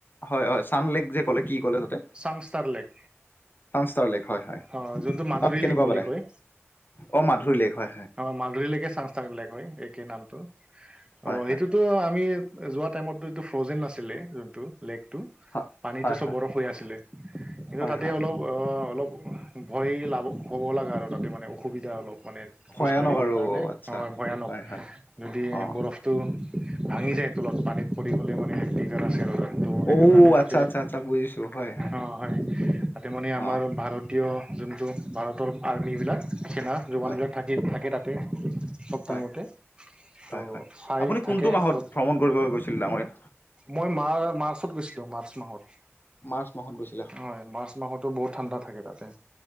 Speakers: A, on the left; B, on the right.
A: হয় হয় ছান লেক যে ক'লে কি ক'লে তাতে
B: চাংস্তাৰলেক
A: চামস্তাৰ লেক হয় হয়
B: অ যোনটো মাধুৰী
A: তাত কেনেকুৱা
B: লেক বুলি
A: পালে
B: কয়
A: অ মাধুৰী লেক হয় হয়
B: অহ মাধুৰীলেকে চাংস্তাৰলেক হয় একে নামটো
A: হয়
B: অহ
A: হয়
B: সেইটোত টো আমি এ যোৱা টাইমতটো এইটো ফ্ৰজেন নাছিলে যোনটো লেক টো
A: হয়
B: পানীটো
A: হয় হয়
B: চব বৰফ হৈ আছিলে কিন্তু
A: হয়
B: তাতে
A: হয়
B: অলপ অহ অলপহ ভয় লাগো হ'ব লগা আৰু তাতে মানে অসুবিধা অলপ মানে
A: ভয়ানক
B: খোজ কঢ়িবলৈ
A: আৰু
B: কাৰণে
A: আচ্ছা
B: হয় ভয়ানক
A: হয় হয়
B: যদি
A: অ
B: বৰফ টো ভাঙি যায় তলত পানীত পৰি গলে মানে দিগদাৰ আছে আৰু তো' সেইকাৰণে
A: ঔ
B: তাতে
A: আচ্ছা আচ্ছা আচ্ছা বুজিছো হয়
B: অ হয় তাতে মানে আমাৰ
A: অ
B: ভাৰতীয় যোনটো ভাৰতৰ আৰ্মিবিলাক সেনা জোৱানবিলাক
A: হয়
B: থাকে থাকে তাতে সব
A: হয়
B: টাইমতে
A: হয়
B: ত
A: হয়
B: চাই
A: আপুনি
B: থাকে
A: কোনটো মাহত
B: বত
A: ভ্ৰমণ কৰিব গৈছিল ডাঙৰীয়া
B: মই মাৰ মাৰ্চত গৈছিলো মাৰ্চ মাহত
A: মাৰ্চ মাহত গৈছ
B: হয় মাৰ্চ মাহতো বহুত ঠাণ্ডা থাকে তাতে